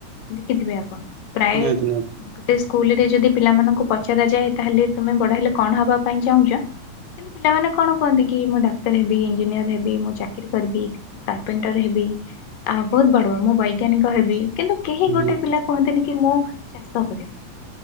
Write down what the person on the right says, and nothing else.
ନିହାତି ନିହାତି
ହୁଁ